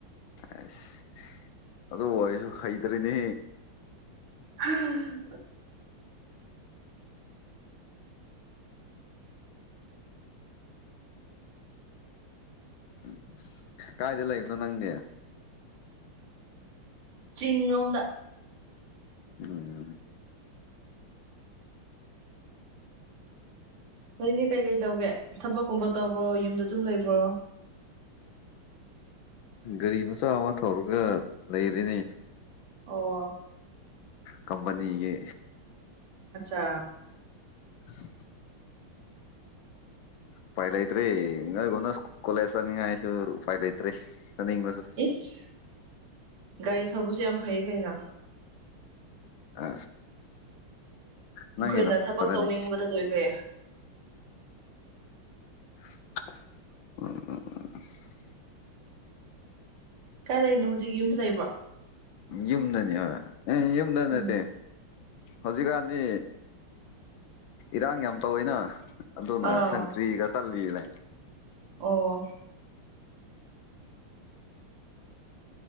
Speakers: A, on the left (about 75°); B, on the right (about 85°).
A: ꯑꯁ ꯑꯗꯨ ꯑꯣꯏꯔꯁꯨ ꯍꯩꯇ꯭ꯔꯔꯤꯅꯦ
B: ꯍꯝ
A: ꯎꯝ ꯀꯥꯏꯗ ꯂꯩꯕꯅꯣ ꯅꯪꯅꯦ
B: ꯆꯤꯡꯔꯣꯝꯗ
A: ꯎꯝ
B: ꯅꯣꯏꯗꯤ ꯀꯩꯀꯩ ꯇꯧꯒꯦ ꯊꯕꯛꯀꯨꯝꯕ ꯇꯧꯕ꯭ꯔꯣ ꯌꯨꯝꯗ ꯑꯗꯨꯝ ꯂꯩꯕ꯭ꯔꯣ
A: ꯒꯥꯔꯤ ꯃꯆꯥ ꯑꯃ ꯊꯧꯔꯒ ꯂꯩꯔꯤꯅꯦ
B: ꯑꯣ
A: ꯀꯄꯅꯤꯒꯤ
B: ꯑꯆꯥ
A: ꯍ ꯎꯄꯥꯢ ꯂꯩꯇ꯭ꯔꯦ ꯅꯣꯏꯒꯨꯝꯅ ꯀꯣꯂꯦꯁ ꯆꯠꯅꯤꯡꯉꯥꯏꯁꯨ ꯎꯄꯥꯏ ꯂꯩꯇ꯭ꯔꯦ ꯆꯠꯅꯤꯡ
B: ꯏꯁ ꯒꯥꯔꯤ ꯊꯧꯕꯁꯨ ꯌꯥꯝ ꯐꯩ ꯀꯩꯅꯣ
A: ꯑ ꯅꯪꯉꯤꯗ
B: ꯑꯩꯈꯣꯏꯅ ꯊꯕꯛ
A: ꯐꯔꯦꯅꯤ
B: ꯇꯧꯅꯤꯡꯕꯗ ꯂꯣꯏꯈ꯭ꯔꯦ
A: <unintelligible>
B: ꯀꯥꯏꯗ ꯂꯩꯔꯤꯅꯣ ꯍꯧꯖꯤꯛ ꯌꯨꯝꯗ ꯂꯩꯕ꯭ꯔꯣ
A: ꯌꯨꯝꯗꯅꯤ ꯍꯣꯏ ꯌꯨꯝꯗ ꯅꯠꯇꯦ
B: ꯎꯝ
A: ꯍꯧꯖꯤꯛꯀꯥꯟꯗꯤ ꯏꯔꯥꯡ ꯌꯥꯝ ꯇꯧꯋꯤꯅ ꯑꯗꯨꯅ
B: ꯑꯥ
A: ꯁꯟꯇ꯭ꯔꯤꯒ ꯆꯠꯂꯤꯅꯦ
B: ꯑꯣ